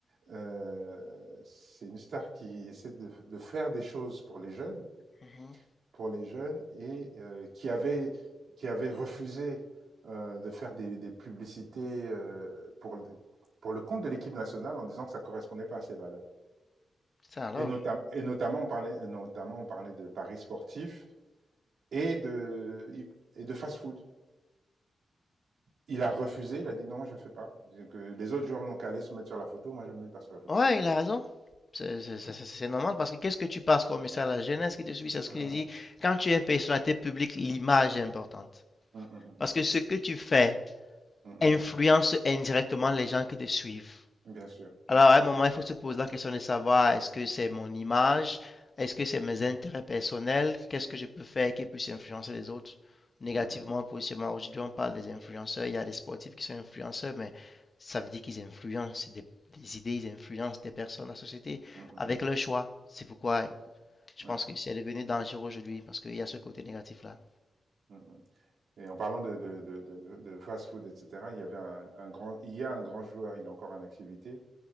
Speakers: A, on the right; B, on the left.
A: Euh, c'est une star qui essaie de, de, faire des choses pour les jeunes,
B: Mhm.
A: pour les jeunes, et euh, qui avait qui avait refusé euh, de faire des, des publicités euh, pour le- pour le compte de l'équipe nationale en disant que ça correspondait pas à ses valeurs.
B: Ça alors.
A: Et, notam et notamment on parlait et notamment on parlait de paris sportifs et de et de fast-food. Il a refusé, il a dit non, moi je ne fais pas. Que les autres joueurs n'ont qu'à aller se mettre sur la photo, moi je ne me mets pas sur la photo.
B: Ouais, il a raison. C'est c'est- c'est- c'est- c'est normal parce que qu'est-ce que tu passes comme message à la jeunesse qui te suit? C'est ce
A: Voilà.
B: que j'ai dit. Quand tu es une personnalité publique, l'image est importante.
A: Mmh,
B: Parce que ce que tu fais
A: mmh, mmh,
B: influence indirectement les gens qui te suivent.
A: Bien sûr, bien
B: Alors,
A: sûr.
B: à un moment, il faut se poser la question de savoir est-ce que c'est mon image, est-ce que c'est mes intérêts personnels, qu'est-ce que je peux faire qui puisse influencer les autres négativement,
A: Mmh mh.
B: positivement. Aujourd'hui, on parle des influenceurs, il y a des sportifs qui sont influenceurs, mais ça veut dire qu'ils influencent des, des idées, ils influencent des personnes, la société,
A: Mmh mh.
B: avec leur choix. C'est pourquoi je
A: Ouais.
B: pense que c'est devenu dangereux aujourd'hui, parce qu'il y a ce côté négatif-là.
A: Mmh mh et en parlant de de de de de fast-food et cetera, il y avait un un grand il y a un grand joueur, il est encore en activité,